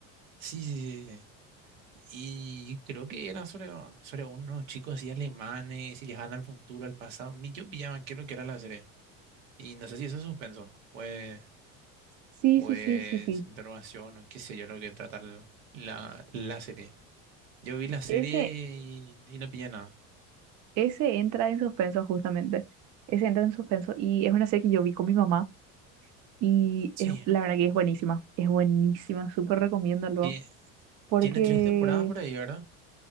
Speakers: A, on the right; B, on the right.
A: Sí, sí, sí. sí. sí. Y creo que eran sobre, sobre unos chicos así alemanes y viajaban al futuro, al pasado. Ni yo pillaba qué es lo que era la serie. Y no sé si eso es suspenso o es,
B: Sí,
A: o
B: sí,
A: es
B: sí, sí, sí.
A: interrogación o qué sé yo lo que trata la, la la serie. Yo vi la serie
B: Ese,
A: y, y no pillé nada.
B: ese entra en suspenso justamente. Ese entra en suspenso y es una serie que yo vi con mi mamá y
A: Sí,
B: es, la verdad que es buenísima. Es buenísima, súper recomiendo luego
A: tie-
B: porque
A: tiene tres temporadas por ahí, ¿verdad?